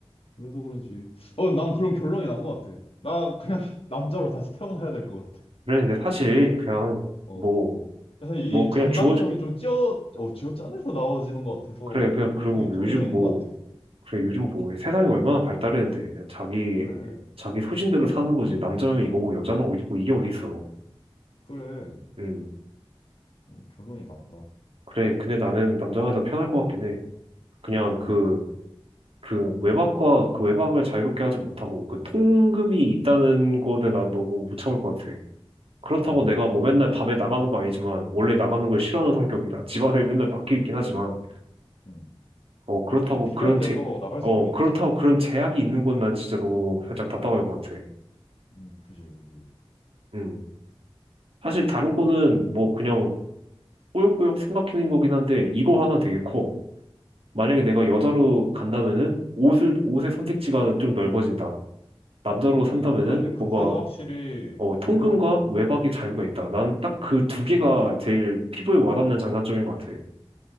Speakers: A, on the left; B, on the right.
A: 그래서 그런지 어 난 그런 결론이 난 것 같아. 난 그냥 <laughs> 남자로 다시 태어나야 될 것 같아.
B: 그래, 근데 사실, 그냥,
A: 어.
B: 뭐,
A: 그래서 이
B: 뭐, 그냥
A: 장단점이
B: 주어,
A: 좀 찌어 어, 쥐어짜내서 나와지는 것 같아서
B: 그래, 그냥,
A: 그
B: 그리고
A: 이거 정해져
B: 요즘
A: 있는
B: 뭐,
A: 것 같아.
B: 그래, 요즘 뭐, 세상이 얼마나 발달했는데, 그냥 자기,
A: 그래.
B: 자기 소신대로 사는 거지. 남자면 이거고, 여자는 이거, 이게 어딨어.
A: 그래.
B: 음,
A: 어, 결론이 났다. 어,
B: 그래, 근데 나는 남자가 더 편할 것 같긴 해. 그냥 그,
A: 그니까.
B: 그 외박과, 그 외박을 자유롭게 하지 못하고, 그 통금이 있다는 거는 난 너무 못 참을 것 같아. 그렇다고
A: 음,
B: 내가 뭐 맨날 밤에 나가는 거 아니지만, 원래 나가는 걸 싫어하는 성격이라, 집안에 맨날 밖에 있긴 하지만,
A: 음.
B: 어, 그렇다고
A: 근데 필요할
B: 그런
A: 때
B: 제,
A: 또 나갈
B: 어,
A: 수 있는 게
B: 그렇다고
A: 있지.
B: 그런 제약이 있는 건 난 진짜 너무 살짝 답답할 것 같아.
A: 음, 그지, 그지.
B: 음. 사실 다른 거는 뭐 그냥 꾸역꾸역 생각해낸 거긴 한데 이거 하나 되게 커.
A: 음,
B: 만약에 내가 여자로 간다면은 옷을 옷의 선택지가 좀 넓어진다. 남자로
A: 음,
B: 산다면은
A: 아, 근데 그거는
B: 뭔가
A: 확실히
B: 어, 통금과
A: 유용할 것 같더라.
B: 외박의 자유가 있다. 난 딱 그 두 개가 제일 피부에 와닿는 장단점인 것 같아.